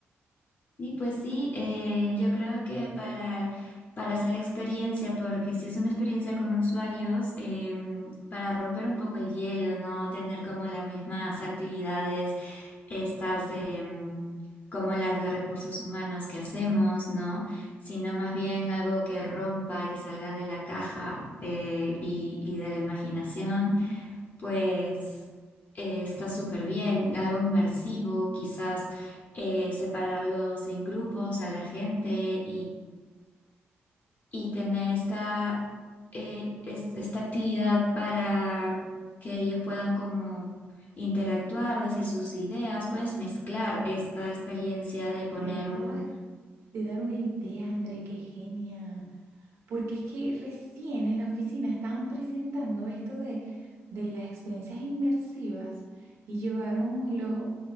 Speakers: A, on the left; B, on the right.
A: Sí, pues sí, eh, yo creo que para, para hacer experiencia, porque si es una experiencia con usuarios, em, para romper un poco el hielo, no tener como las mismas actividades estas de mm, como las de recursos humanos que hacemos, ¿no? Sino más bien algo que rompa, que salga de la caja eh, y, y de la imaginación, pues eh, está súper bien, algo inmersivo, quizás eh, separarlos en grupos a la gente y tener esta, eh, es- esta actividad para que ellos puedan como interactuar, decir sus ideas, puedes mezclar esta experiencia de poner
B: Me acabas
A: un...
B: de dar una idea, André, qué genia. Porque es que recién en la oficina estaban presentando esto de, de las experiencias inmersivas y llevaron los,